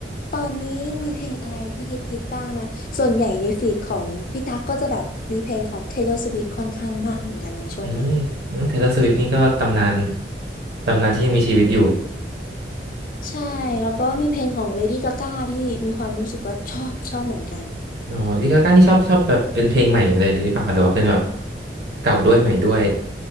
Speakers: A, on the left (about 50°); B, on the right (about 60°).
A: ตอนนี้มีเพลงอะไรที่ฮิตฮิตบ้างนะส่วนใหญ่ในฟีดของพี่ตั๊กก็จะแบบมีเพลงของ Taylor Swift ค่อนข้างมากเหมือนกันในช่วงนี้
B: อืมน้องเทเลอร์สวิฟนี่ก็ตำนานตำนานที่ยังมีชีวิตอยู่
A: ใช่แล้วก็มีเพลงของ Lady Gaga ที่มีความรู้สึกว่าชอบชอบเหมือนกัน
B: อ๋อลิกาก้านี่ชอบชอบแบบเป็นเพลงใหม่เลยหรือเปล่าหรือว่าเป็นแบบเก่าด้วยใหม่ด้วย